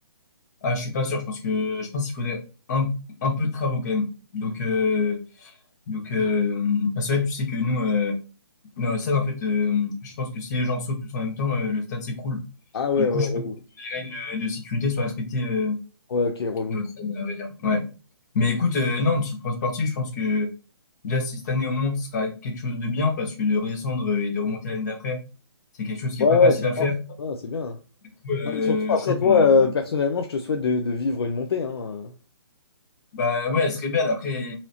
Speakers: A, on the left; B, on the left.
A: Ah, je suis pas sûr. Je pense que je pense qu'il faudrait un, un peu de travaux quand même. Donc, euh, donc euh, parce que ouais, tu sais que nous, euh, Non, ça, en fait, euh, je pense que si les gens sautent tous en même temps, euh, le stade s'écroule.
B: Ah ouais,
A: Du coup,
B: ouais,
A: je
B: relou.
A: pense que les règles euh, de sécurité sont respectées euh,
B: Ouais, ok, relou.
A: dans le stade, à vrai dire. Ouais. Mais écoute, euh, non, sur le plan sportif, je pense que déjà, si cette année on monte, ce sera quelque chose de bien parce que de redescendre euh, et de remonter l'année d'après, c'est quelque chose qui
B: Ouais,
A: est pas facile
B: ouais, c'est
A: à faire.
B: fort.
A: Du
B: Ouais, c'est bien. hein.
A: coup, euh,
B: Non, mais surtout après
A: je trouve
B: toi,
A: qu'on a.
B: euh, personnellement, je te souhaite de, de vivre une montée. hein. euh.
A: Bah ouais, elle serait belle. Après,